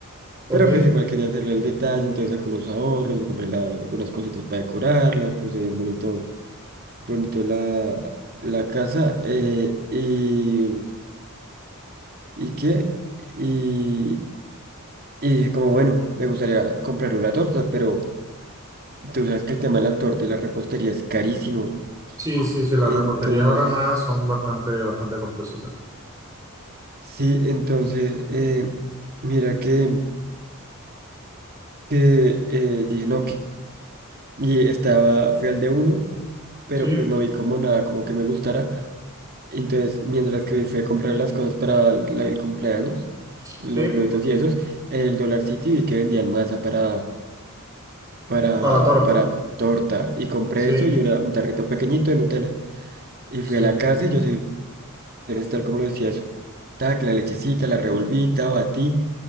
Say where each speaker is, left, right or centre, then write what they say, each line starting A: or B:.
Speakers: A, on the right; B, on the right.
A: ok.
B: Pero pues igual quería hacerle el detalle, entonces saqué unos ahorros, le compré la- algunas cositas para decorarla, puse bien bonito, bonito la, la casa, eh, y, y qué, y, y dije como bueno, me gustaría comprarle una torta, pero tú sabes que el tema de la torta y la repostería es carísimo.
A: Sí, sí, sí,
B: Entonces,
A: las reposterías ahora nuevas son bastante, bastante costositas.
B: sí, entonces, eh, Mira que que eh, dije, no, que... Y estaba, fui al de uno, pero
A: Sí,
B: pues no vi como nada, como que me gustara. Entonces, mientras que fui a comprar las cosas para el, la- el cumpleaños, los
A: sí,
B: globitos y esos, en el Dollar City vi que vendían masa para, para,
A: para torta.
B: para torta. Y compré
A: Sí,
B: eso y una- un tarrito pequeñito de Nutella. Y
A: sí,
B: fui a la casa y yo soy tal como lo decía eso. Ta, que la lechecita, la revolvita, batí.